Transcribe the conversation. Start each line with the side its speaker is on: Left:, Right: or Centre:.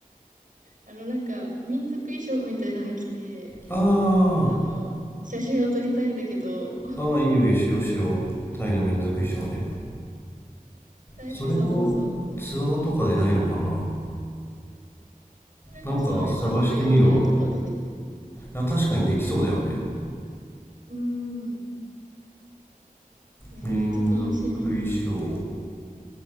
Right: あのなんか民族衣装みたいなの着て、
Left: あ
Right: あの、写真を撮りたいんだけど、
Left: ーあーいいよいいよしようしようタイの民族衣装ね
Right: タイの、
Left: それもツアーとかでないのかな
Right: そうそうそう。それこそあれかな、
Left: なんか探してみるわ。
Right: あゆたやとかでできる。
Left: いや、確かにできそうだよね。
Right: うーん。えー、
Left: 民族衣装。
Right: めっちゃ楽しみ。